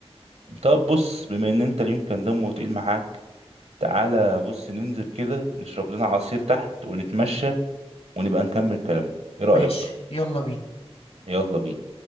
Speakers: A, on the right (about 75°); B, on the left (about 70°).
A: طب بص بما ان انت اليوم كان دمه تقيل معاك تعالى بص ننزل كده نشرب لنا عصير تحت ونتمشى ونبقى نكمل كلامنا ايه رايك
B: ماشي يلا بينا
A: يلا بينا